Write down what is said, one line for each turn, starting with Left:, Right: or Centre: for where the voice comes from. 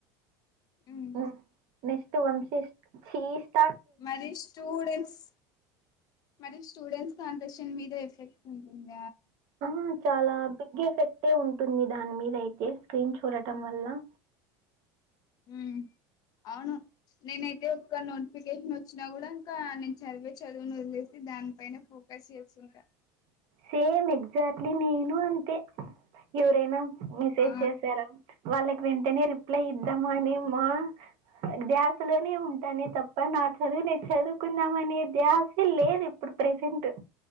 Left: ఉమ్,
Right: ఉ <unintelligible>
Left: <unintelligible> స్టూడెంట్స్ మరి స్టూడెంట్స్ <unintelligible> మీద ఎఫెక్ట్ ఉంటుంద
Right: ఆ చాల బిగ్ ఎఫెక్టే ఉంటుంది దాని మీద అయితే స్క్రీన్ చూడటం వల్ల
Left: ఉ అవును నేనైతే ఒక్క నోటిఫికేషన్ వచ్చినా కూడ ఇంకా నేను చదివే చదువుని వదిలేసి దానిపైనే పో కస్ చేస్తుంట
Right: సేమ్ ఎగ్జాక్ట్లీ నేను అంతే ఎవరైన మెసేజ్
Left: ఆ
Right: చేసార వాళ్ళకి వెంటనే రిప్లై ఇద్దామ అని మా ధ్యాసలోనే ఉంటానే తప్ప నా చదువు నేను చదువుకుందమనే ధ్యాసే లేదు ఇప్పుడు ప్రెసెంట్